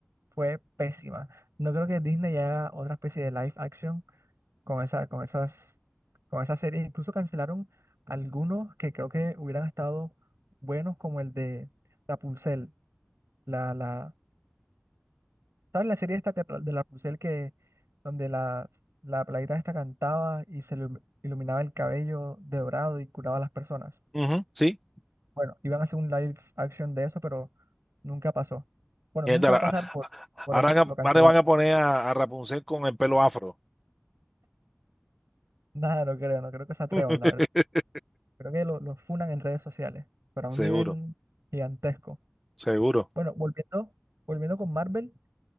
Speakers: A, on the right; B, in the centre.
A: fue pésima. No creo que Disney haga otra especie de live action con esa, con esas, con esas series. Incluso cancelaron algunos que creo que hubieran estado buenos, como el de Rapunzel. La, la, ¿sabes la serie esta que tra- de Rapunzel que donde la, la peladita esta cantaba y se le iluminaba el cabello de dorado y curaba a las personas?
B: Ujú, sí.
A: Bueno, iban a hacer un live action de eso, pero nunca pasó. Bueno,
B: Mierda,
A: nunca
B: la-
A: va a pasar por, por
B: Ahora,
A: eso,
B: van
A: lo
B: a-
A: cancelaron.
B: ahora van a poner a, a Rapunzel con el pelo afro.
A: <laughs> Nada, no creo, no creo que se atrevan,
B: <laughs>
A: la verdad. Creo que lo, lo funan en redes sociales, pero
B: Seguro,
A: a un nivel gigantesco.
B: seguro.
A: Bueno, volviendo, volviendo con Marvel,